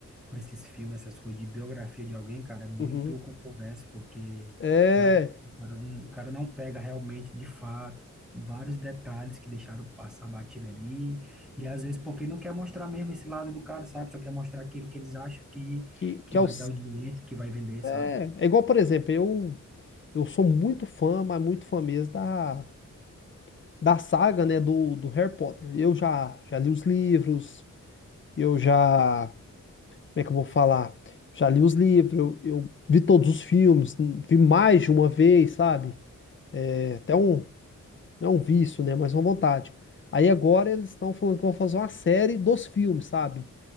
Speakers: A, in the centre; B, on the left.
A: com esses filmes, essas coisas de biografia de alguém, cara, é muito
B: Uhum.
A: controverso, porque
B: É,
A: vai, o cara, não- o cara não pega realmente, de fato, vários detalhes que deixaram passar batido ali, e às vezes porque não quer mostrar mesmo esse lado do cara, sabe? Só quer mostrar aquilo que eles acham que,
B: que,
A: que
B: que é,
A: vai
B: o,
A: dar audiência, que vai vender,
B: é,
A: sabe?
B: é igual, por exemplo, eu. Eu sou muito fã, mas muito fã mesmo da, da saga, né, do, do Harry Potter. Eu já, já li os livros, eu já, como é que eu vou falar? Já li os livros, eu, eu vi todos os filmes, n- vi mais de uma vez, sabe? É até um, não é um vício, né, mas é uma vontade. Aí agora eles estão falando que vão fazer uma série dos filmes, sabe?